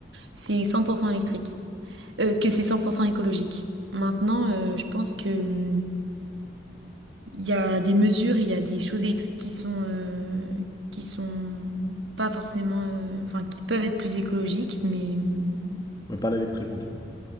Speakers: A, on the right; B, on the left.
A: c'est 100% électrique, Euh, que c'est 100% écologique. Maintenant, euh, je pense que hum, il y a des mesures, il y a des choses électriques qui sont euh, qui sont pas forcément, euh, enfin, qui peuvent être plus écologiques, mais hum,
B: Mais pas l'électrique en tout cas.